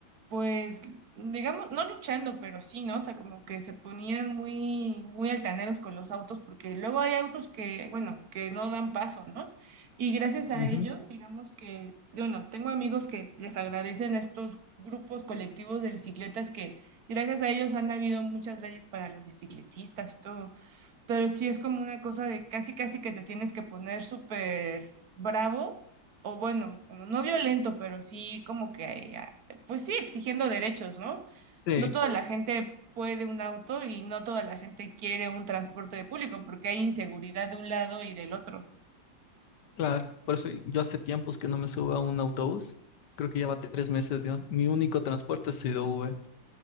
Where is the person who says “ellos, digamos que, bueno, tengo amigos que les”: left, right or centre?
Right